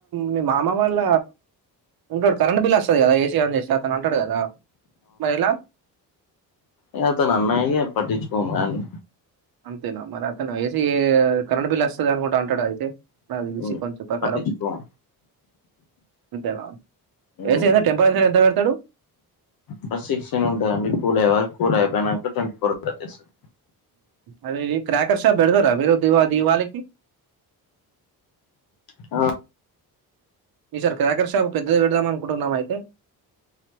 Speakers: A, on the right; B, on the left.
A: మీ మామ వాళ్ళ ఉంటడు కరెంట్ బిల్ వస్తుంది కదా ఏసీ ఆన్ చేస్తారు. తను అంటాడు కదా మరి ఎలా.
B: నేనతను అన్నయి ఇగ పట్టిించుకోము గాని
A: అంతేనా మరి అతను ఏసికి కరెంట్ బిల్ వత్తాది అని కూడా. అంటాడా అయితే దాని చూసి
B: మ్మ్
A: కొంచం ప్రకారం
B: పట్టించుకోము
A: అంతేనా
B: మ్మ్
A: ఏసి టెంపరేచర్ ఎంత. చూస్తాడు.
B: ఫస్ట్ సెక్షన్ ఉంటాది అండి కూల్ అయ్యేవరకు కూల్ అయిపోయినంక ట్వంటీ ఫోర్ వచ్చేస్తది
A: అదే క్రాకర్ షాప్ పెడతారా మీరు ది దివాళికి
B: ఆ
A: ఈ సార్ క్రాకర్ షాప్ పెద్దది పెడదామన్ ఇప్పుడున్నావ అయితే